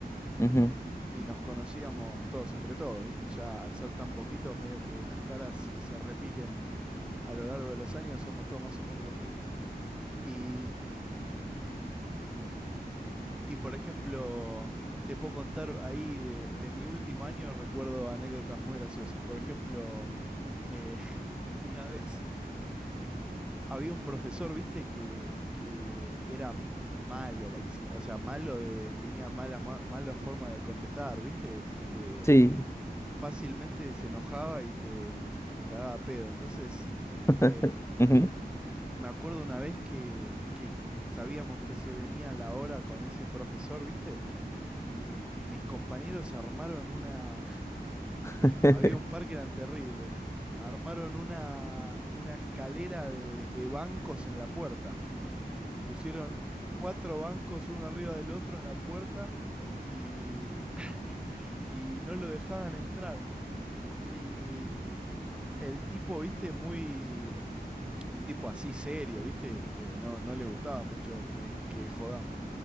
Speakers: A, on the left; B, in the centre.
A: Ujú,
B: Y, y nos conocíamos todos entre todos, ¿viste? Ya al ser tan poquitos, medio que las caras se repiten a lo largo de los años, somos todos más o menos lo mismo. Y mm, y por ejemplo, te puedo contar ahí de, de mi último año, recuerdo anécdotas muy graciosas. Por ejemplo, eh, <laughs> una vez había un profesor, viste, que, que era m- malo, ex- o sea, malo de, tenía malas, ma- mala forma de contestar, viste, este,
A: Sí.
B: fácilmente se enojaba y te, te cagaba a pedo. Entonces,
A: <laughs>
B: em,
A: Ujú.
B: me acuerdo una vez que, que sabíamos que se venía la hora con ese profesor, viste, y, y mis compañeros armaron una, <laughs>
A: <laughs>
B: había un parque, eran terrible, armaron una, una escalera de, de bancos en la puerta. Pusieron cuatro bancos uno arriba del otro en la puerta y, <laughs> y no lo dejaban entrar. Y el tipo, viste, muy... Un tipo así serio, viste, eh, no, no le gustaba mucho que, que jodamos.